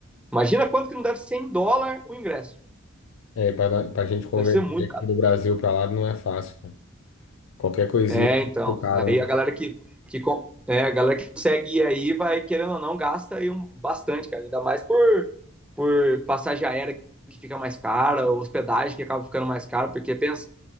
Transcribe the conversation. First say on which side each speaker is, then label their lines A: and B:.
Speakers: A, in the centre; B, on the left.
A: Imagina quanto que não deve ser em dólar o ingresso.
B: é para para a gente converter
A: Deve ser muito.
B: aqui do Brasil para lá não é fácil, cara. Qualquer coisinha
A: É,
B: é
A: então.
B: muito caro,
A: Aí
B: né?
A: a galera que, que, con- é, a galera que consegue ir aí vai, querendo ou não, gasta aí um, bastante, cara. Ainda mais por, por passagem aérea que fica mais cara, hospedagem que acaba ficando mais cara, porque pensa,